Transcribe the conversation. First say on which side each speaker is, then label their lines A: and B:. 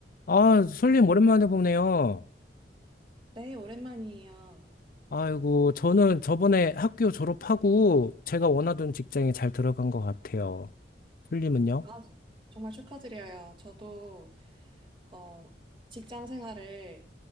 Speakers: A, on the left (about 50°); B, on the right (about 30°).
A: 아, 솔님 오랜만에 보네요.
B: 네, 오랜만이에요.
A: 아이고, 저는 저번에 학교 졸업하고 제가 원하던 직장에 잘 들어간 것 같아요. 솔님은요?
B: 아, 정말 축하드려요. 저도 어, 직장 생활을